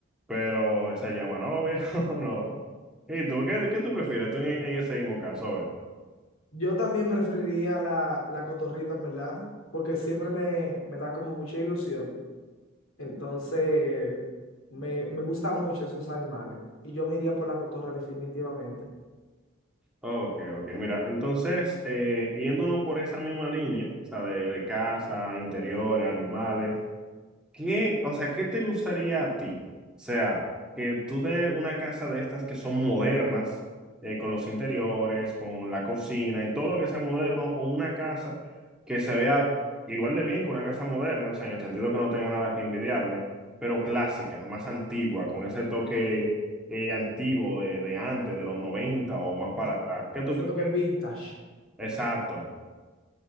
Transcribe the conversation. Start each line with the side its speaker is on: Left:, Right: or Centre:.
Centre: Pero esa llama no, viejo, <laughs> no. ¿Y tú? ¿Qué, qué tú prefieres? Tú en, en ese mismo caso, a ver.
Left: Yo también preferiría la, la cotorrita, en verdad, porque siempre me, me da como mucha ilusión Entonces, me, me gustan mucho esos animales. Y yo me iría por la cotorra definitivamente.
Centre: Ok, ok. Mira, entonces, eh, yéndonos por esa misma línea, o sea, de, de casa, interiores, animales. ¿Qué, o sea, qué te gustaría a ti? O sea, que tú de una casa de estas que son modernas, eh, con los interiores, con la cocina y todo lo que sea moderno, o una casa que se vea igual de bien que una casa moderna, o sea, en el sentido que no tenga nada que envidiarle, pero clásica, más antigua, con ese toque eh, antiguo de, de antes, de los 90 o más para
Left: Ese,
Centre: atrás. ¿Qué tú?
Left: ese
Centre: prefieres?
Left: toque vintage.
Centre: Exacto.